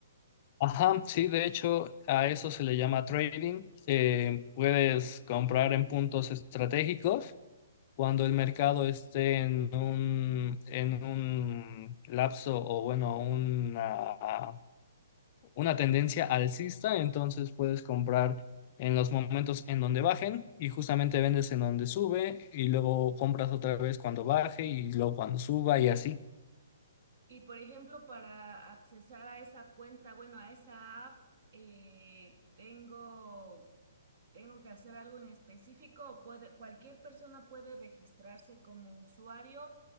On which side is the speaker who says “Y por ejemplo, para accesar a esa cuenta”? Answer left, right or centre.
Right